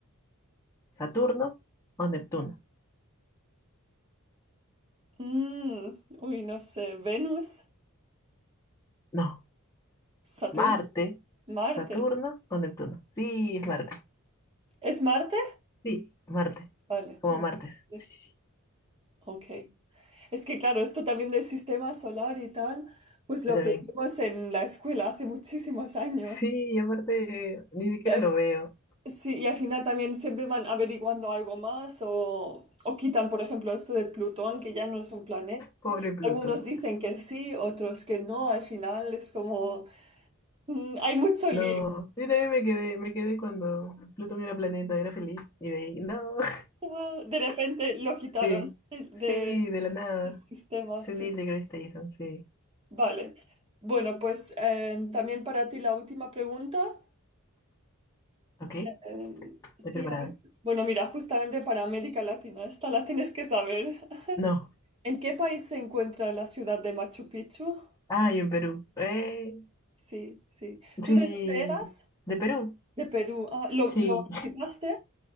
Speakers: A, on the left (about 15°); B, on the right (about 25°).
A: Saturno o Neptuno.
B: Mm, uy, no sé. Venus,
A: No,
B: Saturno,
A: Marte,
B: Marte.
A: Saturno o Neptuno. Sí, es Marte.
B: ¿Es Marte?
A: Sí, Marte.
B: Vale.
A: Como
B: Marte.
A: martes. Sí, sí, sí.
B: Ok. Es que claro, esto también del sistema solar y tal, pues
A: Yo
B: lo aprendimos
A: también.
B: en la escuela hace muchísimos años.
A: Sí, y aparte ni siquiera
B: Y al,
A: lo veo.
B: sí, y al final también siempre van averiguando algo más o, o quitan, por ejemplo, esto de Plutón, que ya no es un planeta.
A: Pobre Plutón.
B: Algunos dicen que sí, otros que no. Al final es como, mm, hay mucho
A: No,
B: lío.
A: yo también me quedé, me quedé cuando Plutón era planeta, era feliz. Y de ahí, no. <laughs>
B: <laughs> Ah, De repente lo quitaron
A: Sí,
B: de- de-
A: sí, de la nada.
B: del sistema,
A: Sí,
B: sí.
A: Neil deGrasse Tyson, sí.
B: Vale. Bueno, pues em, también para ti la última pregunta.
A: Ok,
B: Em,
A: estoy
B: sí,
A: preparada.
B: a ver. Bueno, mira, justamente para América Latina, esta la tienes que saber. <laughs>
A: No.
B: ¿En qué país se encuentra la ciudad de Machu Picchu?
A: Ay, en Perú. Eh,
B: Sí, sí. ¿Tú
A: sí.
B: de dónde eras?
A: ¿De Perú?
B: De Perú. Ah, ¿lo,
A: Sí.
B: lo visitaste?